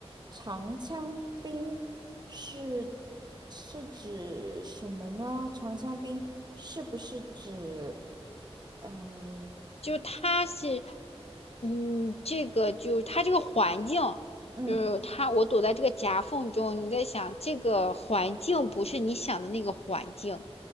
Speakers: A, on the right; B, on the left.
A: 长枪兵是是指什么呢？长枪兵是不是指呃
B: 就是它是，嗯，这个就是它这个环境，
A: 嗯
B: 就是它，我躲在这个夹缝中，你在想这个环境不是你想的那个环境，